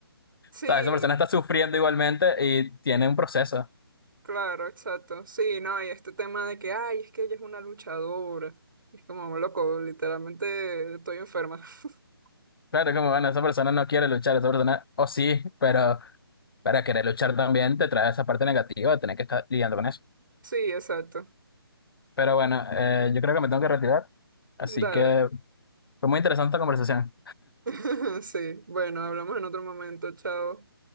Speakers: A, on the right; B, on the left.
A: Sí,
B: sea, esa persona está sufriendo igualmente y tiene un proceso.
A: claro, exacto. Sí, no, y este tema de que, ay, es que ella es una luchadora. Y es como, loco, literalmente estoy enferma. <laughs>
B: Claro, es como, bueno, esa persona no quiere luchar, esa persona, o sí, pero para querer luchar también te trae esa parte negativa de tener que estar lidiando con eso.
A: Sí, exacto.
B: Pero bueno, eh, yo creo que me tengo que retirar, así
A: Dale.
B: que fue muy interesante la conversación.
A: <laughs> Sí, bueno, hablamos en otro momento, chao.